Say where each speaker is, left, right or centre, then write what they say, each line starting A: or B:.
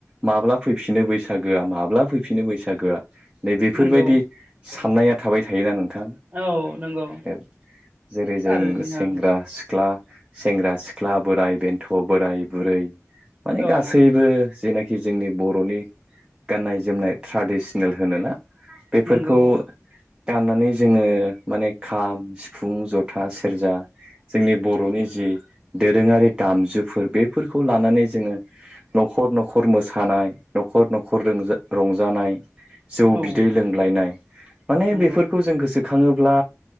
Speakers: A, on the right (about 15°); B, on the right (about 30°).
A: माब्ला फैफिनो बैसागोआ माब्ला फै- फिनो बैसागोआ नै बेफोरबायदि
B: नंगौ
A: साननाया थाबाय थायोना नों- थां
B: औ नंगौ
A: औ जेरै जों
B: आरो जोंहा
A: सेंग्रा सिख्ला सेंग्रा सिख्ला बोराय बेन्थ' बोराय बुरै माने
B: औ
A: गासैबो जेना खि जोंनि बर'नि गाननाय जोमनाय ट्राडिसनेल होनोना बेफोरखौ
B: नंगौ
A: गाननानै जोङो माने खाम सिफुं जथा सेरजा जोंनि बर'नि जि दोरोङारि दामजुफोर बेफोरखौ लानानै जोङो न'खर न'खर मोसानाय न'खर न'खर रोंजा रंजानाय जौ
B: औ
A: बिदै लोंलायनाय माने
B: नंगौ
A: बेफोरखौ जों गोसो खाङोब्ला